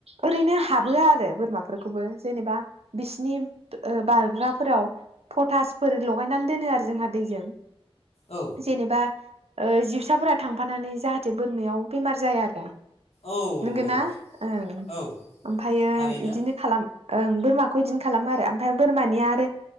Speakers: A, on the right; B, on the left.
A: ओरैनो हाबो आरो बोरमाफोरखौबो जेनेबा बिसिनि ओ बारग्राफोराव पटासफोर लगायनानै दोनो आरो जोंहा दैजों।
B: औ
A: जेनेबा ओ जिउसाफोरा थांफानानै जाहाथे बोरमायाव बेमार जाया <unintelligible>
B: औ
A: नोंगोना
B: औ
A: ओं
B: औ
A: ओमफायो
B: थारैनो
A: इदिनो खालाम ओं बोरमाखौ इदिनो खालामो आरो ओमफाय बोरमानिया आरो